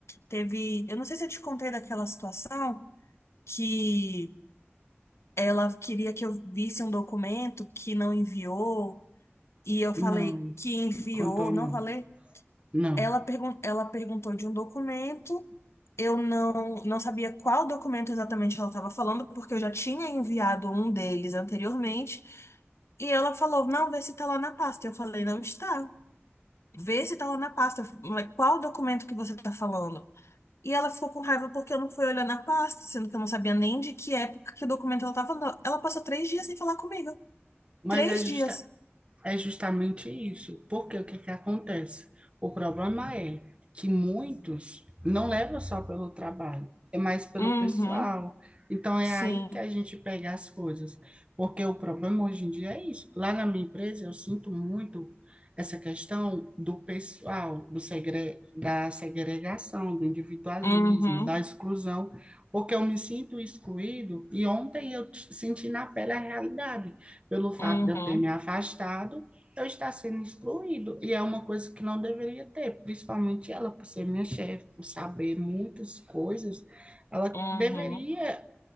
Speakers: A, on the left; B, on the right.
A: Teve, eu não sei se eu te contei daquela situação que ela queria que eu visse um documento que não enviou, e eu falei
B: Não,
A: que enviou,
B: contou
A: não
B: não.
A: falei?
B: Não.
A: Ela, pergun ela perguntou de um documento. Eu não, não sabia qual documento exatamente ela estava falando, porque eu já tinha enviado um deles anteriormente. E ela falou: Não, vê se está lá na pasta. Eu falei: Não está. Vê se está lá na pasta. Mas Qual documento que você está falando? E ela ficou com raiva porque eu não fui olhar na pasta, sendo que eu não sabia nem de que época que documento ela estava falando. Ela passou três dias sem falar comigo.
B: Mas
A: Três
B: é justa,
A: dias.
B: É justamente isso. Porque o que que acontece? O problema é que muitos não levam só pelo trabalho, é mais pelo
A: Uhum.
B: pessoal. Então é
A: Sim.
B: aí que a gente pega as coisas. Porque o problema hoje em dia é isso. Lá na minha empresa eu sinto muito essa questão do pessoal, do segre... da segregação, do individualismo,
A: Uhum.
B: da exclusão, porque eu me sinto excluído e ontem eu t- senti na pele a realidade pelo fato
A: Uhum.
B: de eu ter me afastado, eu estar sendo excluído. E é uma coisa que não deveria ter, principalmente ela, por ser minha chefe, por saber muitas coisas, ela
A: Uhum.
B: deveria